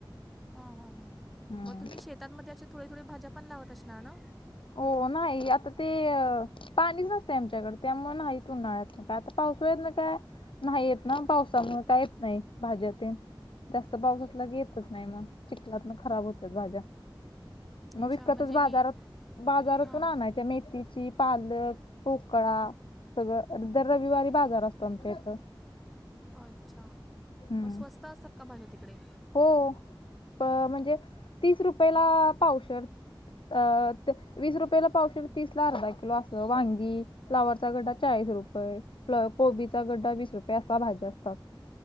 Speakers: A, in the centre; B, on the left.
A: हा हा हा
B: हम्म
A: मग तुम्ही शेतांमध्ये अशी थोडी थोडी भाज्या पण लावत असणार ना?
B: हो नाही आता ते अ पाणीच नसते आमच्याकडे त्यामुळ नाही, उन्हाळ्यात ना काय आता पाऊस आहेत ना काय. नाही येत ना पावसामुळे काहीच नाही भाज्याते. जास्त पाऊस असलाकि येतच नाही मग, चिखलात म खराब होत्यात भाज्या.
A: अच्छा
B: मग विकतच
A: म्हणजे
B: बाजारात
A: ही
B: बाजारातून
A: हां
B: आणायाच्या मेथीची. पाल, पोकळा सगळं दर रविवारी बाजार असतो आमच्या इथं.
A: अच्छा!
B: हम्म
A: मग स्वस्त असतात भाज्या तिकडे.
B: हो.. म्हणजे तीस रुपयेला पावशेर. अ.. ते. वीस रुपयेला पावशेर तीस ला अर्धा किलो असं वांगी फ्लावरचा गड्डा चाळीस रुपये. फ्लावर, कोबीचा गड्डा वीस रुपये असा भाजी असतात.